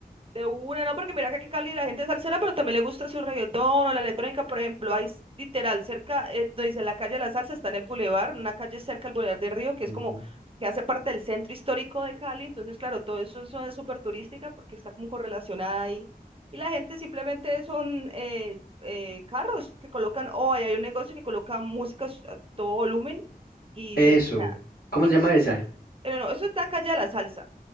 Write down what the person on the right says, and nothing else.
De una, no, porque mira que aquí en Cali la gente es salsera, pero también le gusta su reggaetón o la electrónica, por ejemplo, hay s- literal cerca, eh, no dice la calle de la salsa, está en el bulevar, una calle cerca del bulevar de Río, que
es como, que hace parte del centro histórico de Cali, entonces claro, todo eso es es súper turística porque está como correlacionada ahí, y la gente simplemente son eh, eh, carros que colocan, o ahí hay un negocio que coloca música a todo volumen, y
se, nada,
y,
pero no, eso está calle de la salsa,